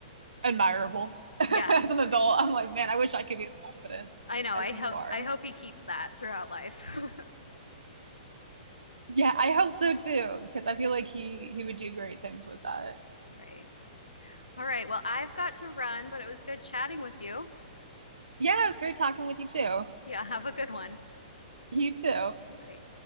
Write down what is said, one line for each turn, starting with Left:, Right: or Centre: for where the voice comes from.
Right: admirable. <laughs>
Left: Yeah,
Right: As an adult, I'm like, man, I wish I could be as confident
Left: I know.
Right: as
Left: I hope
Right: you are.
Left: I hope he keeps that throughout life. <laughs>
Right: Yeah, I hope so too, because I feel like he he would do great things with that.
Left: Right. All right. Well, I've got to run, but it was good chatting with you.
Right: Yeah, it was great talking with you too.
Left: Yeah, have a good one.
Right: You too.
Left: Bye.